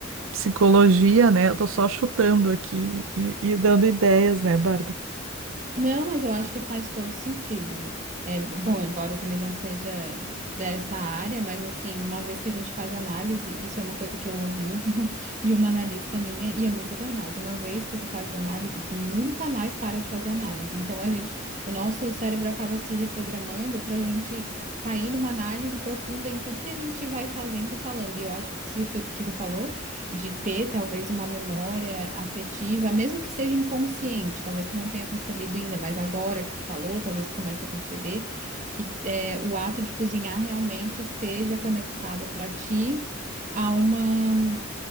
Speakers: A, on the right; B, on the right.
A: psicologia, né? Eu tô só chutando aqui e, e dando ideias, né, Bárbara?
B: Não, mas eu acho que faz todo sentido. É, bom, embora eu também não seja dessa área, mas assim, uma vez que a gente faz análise, isso é uma coisa que eu ouvi <laughs> de uma analista minha, e é muito verdade. Uma vez que tu faz análise, tu nunca mais para de fazer análise. Então a gente, o nosso cérebro acaba se reprogramando para a gente cair numa análise profunda em tudo que a gente vai fazendo e falando. E eu acho que isso que tu, que tu falou de ter talvez uma memória afetiva, mesmo que seja inconsciente, talvez tu não tenha percebido ainda, mas agora que tu falou, talvez tu comece a perceber que é, o ato de cozinhar realmente esteja conectado para ti a uma